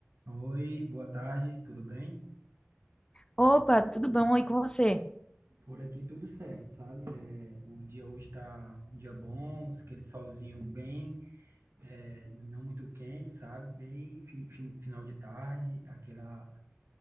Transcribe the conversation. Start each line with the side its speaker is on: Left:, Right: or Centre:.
Right: Oi, boa tarde, tudo bem?
Left: Opa, tudo bom? E com você?
Right: Por aqui tudo certo, sabe? É, o dia hoje está um dia bom, aquele solzinho bem, é, não muito quente, sabe? Bem fi- fi- final de tarde, aquela